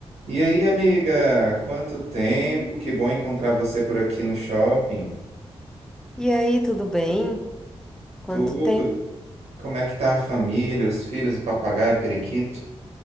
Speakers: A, on the right; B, in the centre.
A: E aí, amiga, quanto tempo?
B: Hum.
A: Que bom encontrar você por aqui no shopping.
B: E aí, tudo bem? Quanto
A: Tudo?
B: tempo?
A: Como é que tá a família, os filhos, o papagaio, o periquito?